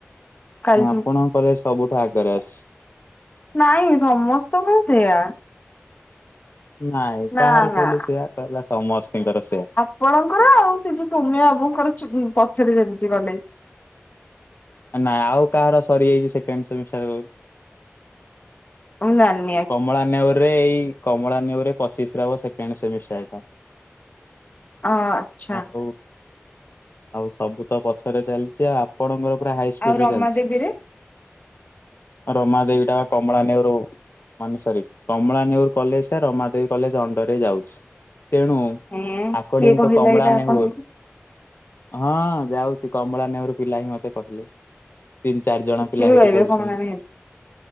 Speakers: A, on the left; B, on the left.
A: କାଲିଠୁ
B: ଆପଣଙ୍କ କଲେଜ ସବୁଠୁ ଆଗରେ ଅଛି।
A: ନାଇଁ ସମସ୍ତଙ୍କର ସେୟା।
B: ନାଇଁ
A: ନା
B: କାହାର
A: ନା
B: କହିଲୁ ସେଆା କହିଲା ସମସ୍ତିଙ୍କର ସେୟା।
A: ଆପଣଙ୍କର ଆଉ ସେ ଯୋଉ ସୌମୟ ବାବୁଙ୍କର ପଛରେ ଯେମିତି ଗଲେ
B: ନାଇଁ ଆଉ କାହାର ସରିଯାଇଛି ସେକେଣ୍ଡ ସେମିଷ୍ଟାର।
A: <unintelligible>
B: କମଳା ନେର ରେ ଏଇ କମଳା ନେଉରେ ପଚିଶ ରବ ସେକେଣ୍ଡ ସେମିଷ୍ଟଟା।
A: ଅ ଆଚ୍ଛା
B: ଆଉ ଆଉ ସବୁ ତ ପଛରେ ଚାଲିଛି ଆଉ। ପଡଙ୍ଗର ପୁରା ହାଇ ସ୍ପିଡ
A: ଆଉ ରମା
B: ରେ ଚାଲିଛି।
A: ଦେବୀରେ?
B: ରମା ଦେବୀ ଟା ବା କମଳାନେରୁ ମାନେ ସରି କମଳାାନେର କଲେଜ ଟା ରମାଦେବୀ କଲେଜ ଅଣ୍ଡର ଯାଉଛି ତେଣୁ।
A: ହେଁ
B: ଆକୋର୍ଡିଂ
A: କିଏ କହିଲା
B: ଟୁ କମଳା
A: ଏଇଟା ଆପଣଙ୍କୁ
B: ନେହୁର ହଁ ଯାଉଛି କମଳା ନେହେରୁ ପିଲା ହିଁ ମତେ କହିଲେ। ତିନି ଚାରି ଜଣ
A: କିଛି
B: ପିଲା
A: ବି
B: ହେଇଠି
A: କହିବେ
B: ପଢୁଛନ୍ତି।
A: କମଳା ନେହେରୁ।